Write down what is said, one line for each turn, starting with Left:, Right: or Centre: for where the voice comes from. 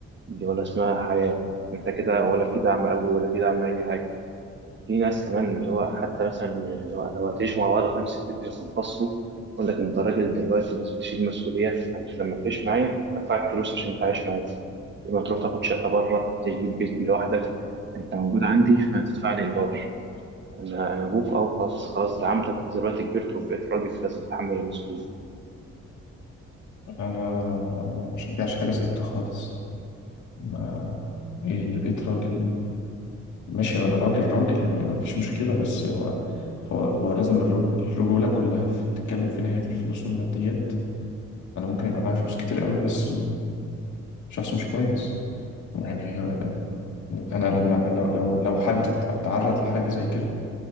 Right: دي ولا اسمها حياه انت كده ولا في دعم قوي ولا في دعم اي حاجه في ناس كمان اللي هو حتى مثلا اللي هو لو هتعيشوا مع بعض في نفس البيت مش هتنفصلوا يقول لك انت راجل دلوقتي لازم تشيل مسؤوليه فانت لما تعيش معايا هدفعك فلوس عشان تعيش معايا يبقى تروح تاخد شقه بره تجيب بيت لوحدك انت موجود عندي فهتدفع لي ايجار انا انا ابوك او خلاص خلاص دعمتك من دلوقتي كبرت وبقيت راجل فلازم تتحمل المسؤوليه
Left: أنا ما ما بشجعش حاجة زي كده خالص ما إيه اللي بقيت راجل ماشي أنا راجل راجل ما فيش مشكلة بس هو هو هو لازم الرج- الرجولة كلها في- بتتكلم في ناحية الفلوس والماديات انا ممكن يبقى معايا فلوس كتير قوي بس شخص مش كويس يعني انا لما لو لو لو حد ت- تعرض لحاجه زي كده